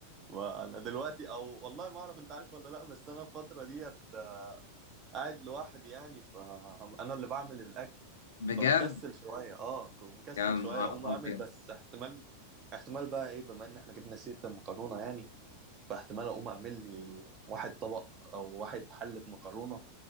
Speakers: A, on the right; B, on the left.
A: ما انا دلوقتي او والله ما اعرف انت عارف ولا لا بس انا الفتره ديت آه، قاعد لوحدي يعني فانا اللي بعمل الاكل
B: بجد
A: فمكسل شويه اه ك- مكسل
B: يا نهار
A: شويه اقوم
B: ابيض
A: اعمل بس احتمال احتمال بقى ايه بما ان احنا جبنا سيره المكرونه يعني فاحتمال اقوم اعمل لي واحد طبق او واحد حله مكرونه